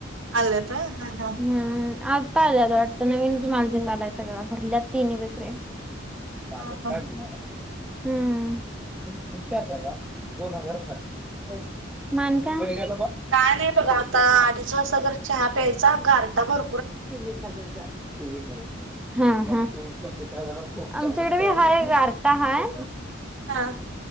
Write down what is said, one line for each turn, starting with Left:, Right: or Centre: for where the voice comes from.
Right: आल्यात होय हा हा.
Centre: हम्म हम् आत्ता आल्यात वाटतं नवीनच माणूस आलाय सगळा भरल्यात तिन्ही बेकऱ्या. सागर
Right: हा
Centre: काय
Right: हा
Centre: म्हणीत होता? हम्म <unintelligible> मग आणि काय?
Right: काय नाही बघा आता अडीच वाजता जरा चहा प्यायचा गारटा भर.
Centre: टि वी बघितलं. हा हा आमच्या इकडं बी हाय गारटा हाय.
Right: हा